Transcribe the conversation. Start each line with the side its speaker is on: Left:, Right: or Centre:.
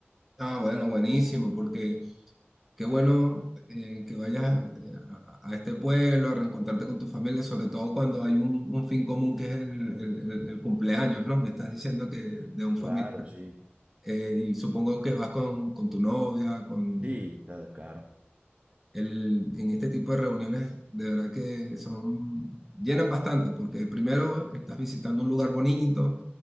Centre: Ah, bueno, buenísimo, porque qué bueno eh, que vayas eh, a, a este pueblo a reencontrarte con tu familia, sobre todo cuando hay un, un fin común que es el, el- el- el cumpleaños, ¿no? Me estás diciendo que de un
Right: Claro,
Centre: familiar.
Right: sí.
Centre: Eh, y supongo que vas con, con tu novia, con
Right: Sí, ta- claro.
Centre: el, en este tipo de reuniones, de verdad que son, llenan bastante, porque primero estás visitando un lugar bonito,